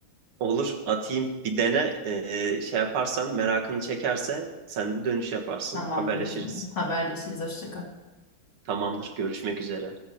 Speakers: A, on the right; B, on the left.
A: Olur atayım bir dene Ee, şey yaparsan merakını çekerse sen de dönüş yaparsın
B: Tamamdır
A: haberleşiriz.
B: o zaman. Haberleşiriz. Hoşça kal.
A: Tamamdır görüşmek üzere.